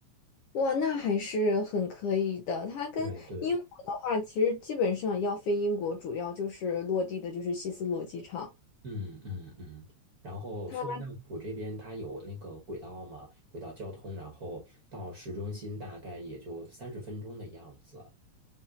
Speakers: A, on the left; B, on the right.
A: 哇，那还是很可以的。它跟英国的话，
B: 对对。
A: 其实基本上要飞英国，主要就是落地的就是希斯罗机场，
B: 嗯嗯嗯，然后苏万大浦这边它有那个轨道嘛，
A: 它
B: 轨道交通，然后到市中心大概也就三十分钟的样子。